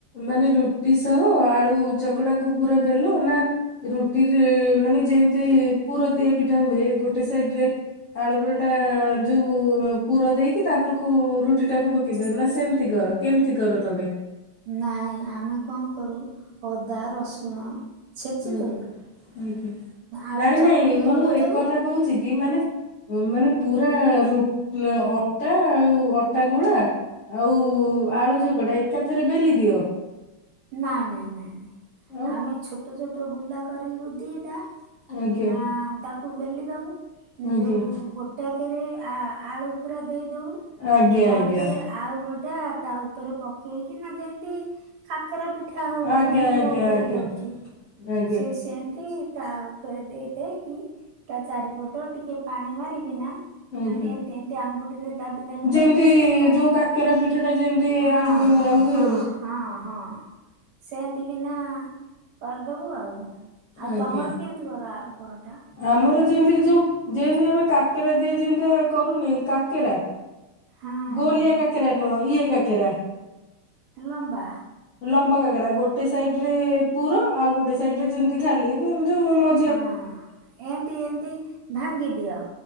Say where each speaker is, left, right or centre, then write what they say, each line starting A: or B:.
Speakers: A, on the left; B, on the right.
A: ମାନେ ରୁଟି ସହ ଆଳୁ ଚକଟାକୁ ପୁରା ବେଲ ନା ରୁଟିରେ ମାନେ ଯେମିତି ପୁର ଦିଆ ପିଠା ହୁଏ ଗୋଟେ ସାଇଡ ରେ ଆଳୁବୁର ତ ଯୋଉ ପୁର ଦେଇକି ତାପରକୁ ରୁଟି ଟାକୁ ପକେଇଦିଅ ନା ସେମିତି କର କେମିତି କର ତମେ
B: ନାହିଁ ଆମେ କଣ କରୁ ଅଦା ରସୁଣ ଛେଚି
A: ଆା ଆଞା
B: ଦଉ ଆଳୁ
A: ନାଇଁ
B: ଚକୁଟିକି
A: ନାଇଁ ମୁଁ
B: ରଖିଥବୁ
A: ଏକଥା କହୁଛି କି ମାନେ ମାନେ ପୁରା ର ଅଟା ଆଉ ଅଟା ଗୁଳା ଆଉ ଆଳୁ ଚକଟା ଏକାଥରେ ବେଲି ଦିଅ
B: ନାଇଁ ନାଇଁ ନାଇଁ ନାଇଁ
A: ଆଉ
B: ଆମେ ଛୋଟ ଛୋଟ ଗୁଲା କରିବୁ ଦିଟା
A: ଆଜ୍ଞା
B: ଆ ତାକୁ ବେଲି ଦେବୁ
A: ଆଜ୍ଞା
B: ଯେଉଁ ଗୋଟାକରେ ଆ ଆଳୁ ପୁରା ଦେଇଦବୁ
A: ଆଜ୍ଞା
B: ତା
A: ଆଜ୍ଞା
B: ଉପରେ ଆଉ ଗୋଟେ ତା ଉପରେ ପକେଇକିନା ଯେମ୍ତି କାକରା ପିଠା ହଉଚି
A: ଆଜ୍ଞା
B: ଏମିତି ନଉଟେଇ
A: ଆଜ୍ଞା ଆଜ୍ଞା।
B: ଦଉଚୁ
A: ଆଜ୍ଞା
B: ସେଏ ସେମ୍ତି ତା ଉପରେ ଦେଇ ଦେଇେଇକି ତା ଚାରିପଟ ଟିକେ ପାଣି ମାରିକିନା ନ
A: ଆଜ୍ଞା
B: ଏନ୍ନ୍ତି ଏନ୍ତି ଅଙ୍ଗୁଟିରେ ଦାବି ଦାବି
A: ଯେମିତି
B: ଦେଲେ ସିଏ ପୁରା
A: ଯୋଉ କାକେରା ପିଠା ଟା ଯେମିତି
B: ହଁ
A: ଆଙ୍ଗୁଠି ମରା ହୁଏ ଆଉ
B: ହଁ! ହଁ ସେମ୍ତିକିନା କରିଦେବୁ ଆଉ। ଆଉ
A: ଆଜ୍ଞା
B: ତମର କେମିତି କର ଆଳୁ ପରଟା?
A: ଆମର ଯେମିତି ଯୋଉ ଯେଏଁତି ଆମେ କାକେରା ଦିଏ ଯେମିତି କରୁନି କାକେରା।
B: ହଁ
A: ଗୋଲିଆ
B: ହଁ
A: କାକରା ନୁହଁ ଇଏ କାକେରା।
B: ଲମ୍ବା।
A: ଲମ୍ବା କାକରା ଗୋଟେ ସାଇଡରେ ପୁର ଆଉ ଗୋଟେ ସାଇଡରେ ଯେମିତି ଖାଲି ମୁଁ ଯଉ <unintelligible>
B: ହଁ। ଏମ୍ତି ଏମ୍ତି ଭାଙ୍ଗିଦିଅ।